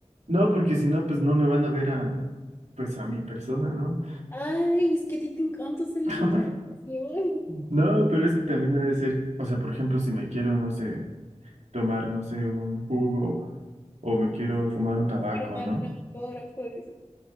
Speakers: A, on the right; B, on the left.
A: No, porque si no, pues no me van a ver a, pues a mi persona, ¿no?
B: Ay, es que a ti te encanta ser
A: <laughs>
B: el centro de atención.
A: No, pero es que también debe ser, o sea, por ejemplo, si me quiero, no sé, tomar, no sé, un jugo o me quiero fumar un tabaco,
B: <laughs> Firmar
A: ¿no?
B: un autógrafo. dice,